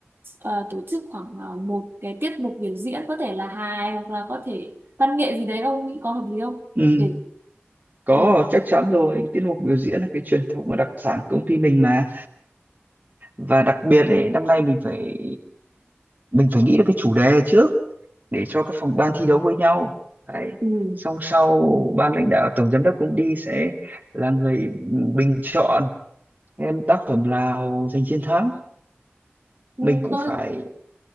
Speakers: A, on the right; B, on the right.
A: ờ, tổ chức khoảng ờ, một cái tiết mục biểu diễn có thể là hài hoặc là có thể văn nghệ gì đấy ông nghĩ có hợp lý không
B: ừ
A: để
B: có
A: ừ,
B: chắc chắn rồi tiết mục biểu diễn là cái truyền thống và đặc sản của công ty mình mà và đặc biệt ấy năm nay mình phải mình phải nghĩ được cái chủ đề trước để cho các phòng ban thi đấu với nhau đấy
A: ừ.
B: xong sau ban lãnh đạo tổng giám đốc cũng đi sẽ là người bình chọn em tác phẩm nào giành chiến thắng
A: Ừ,
B: mình cũng
A: tôi
B: phải